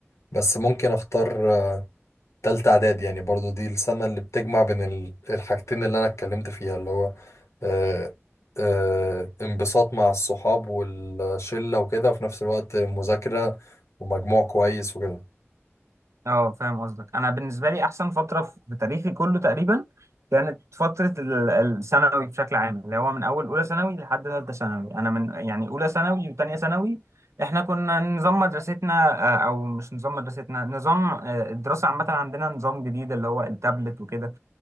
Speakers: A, on the left; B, on the right.
A: بس ممكن اختار آه، تالتة اعداد يعني برضو دي السنة اللي بتجمع بين ال- الحاجتين اللي انا اتكلمت فيها اللي هو آه، آه، انبساط مع الصحاب والشلة وكده وفي نفس الوقت مذاكرة ومجموع كويس وكده
B: اه فاهم قصدك انا بالنسبة لي احسن فترة في تاريخي كله تقريبا كانت فترة ال- الثانوي بشكل عام اللي هو من اول اولى ثانوي لحد ثالثة ثانوي انا من يعني اولى ثانوي وثانية ثانوي احنا كنا نظام مدرستنا آه، او مش نظام مدرستنا نظام آه، الدراسة عامة عندنا نظام جديد اللي هو التابلت وكده